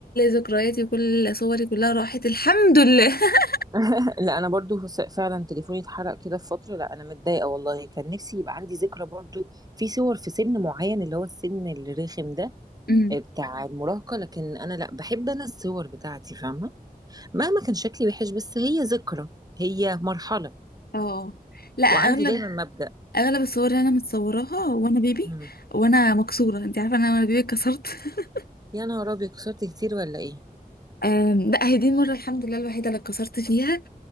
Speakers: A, on the left (about 80°); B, on the right (about 25°).
A: ذكرياتي وكل صوري كلها راحت الحمد لله <laughs>
B: <laughs> لا انا برضو س- فعلا تليفوني اتحرق كده في فتره لا انا متضايقه والله كان نفسي يبقى عندي ذكرى برضو في صور في سن معين اللي هو السن الرخم ده
A: أمم.
B: بتاع المراهقة لكن أنا لأ بحب أنا الصور بتاعتي فاهمة مهما كان شكلي وحش بس هي ذكرى هي مرحلة
A: اه لا اغلب
B: وعندي دايما مبدأ
A: اغلب الصور اللي انا متصوراها وانا بيبي
B: مم.
A: وانا مكسوره انت عارفه ان انا وانا بيبي اتكسرت <laughs>
B: يا نهار أبيض كسرت كتير ولا إيه؟
A: آم، لا هي دي المره الحمد لله الوحيده اللي اتكسرت فيها